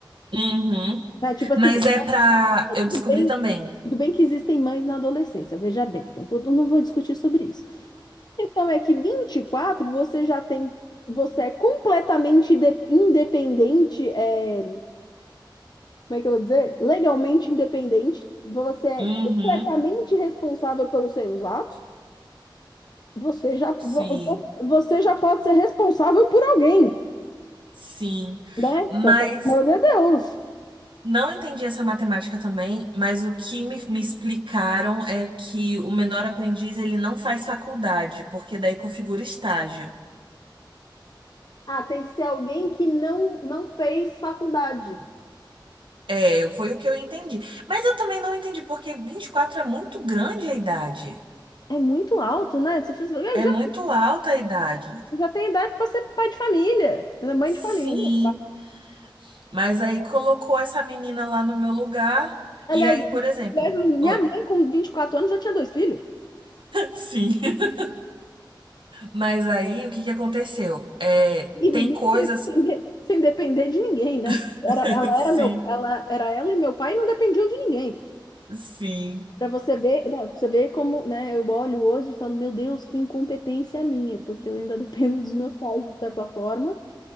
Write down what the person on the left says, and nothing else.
Né? Tipo assim,
tudo
bem,
tudo bem que existem mães na adolescência, veja bem. Então, vou- eu não vou discutir sobre isso. A questão é que 24 você já tem, você é completamente inde- independente, é, como é que eu vou dizer? Legalmente independente, você é
completamente responsável pelos seus atos, você já, vo-
vo- você já pode ser responsável por alguém,
né?
Só que, Pelo amor de Deus.
Ah, tem que ser alguém que não, não fez faculdade.
É muito alto, né? Você fez- já,
já
tem idade para ser pai de família, mãe
de família.
Aliás,
aliás, minha
mãe com 24 anos já tinha dois filhos.
E vivia
sem depender, sem depender de ninguém, né?
Era, ela
era meu, ela era ela e meu pai e não dependiam de ninguém.
Para você ver, né, pra você ver como, né, eu olho hoje e falo, meu Deus, que incompetência a minha, porque eu ainda <laughs> dependo dos meus pais de certa forma.